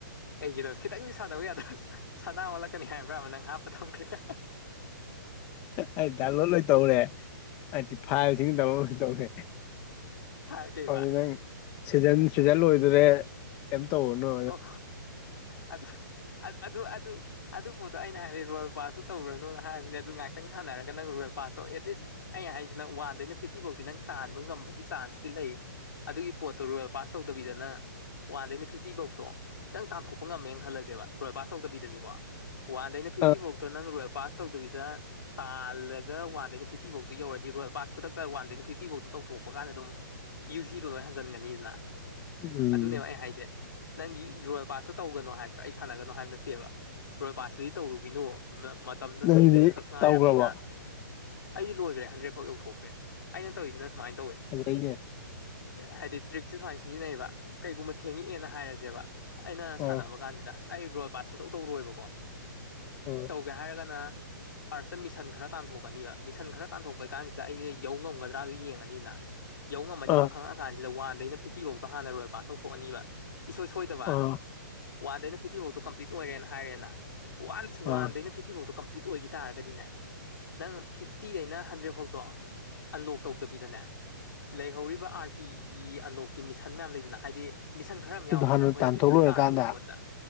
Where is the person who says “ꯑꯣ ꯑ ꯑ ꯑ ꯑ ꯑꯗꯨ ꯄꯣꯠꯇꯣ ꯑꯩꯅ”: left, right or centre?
Left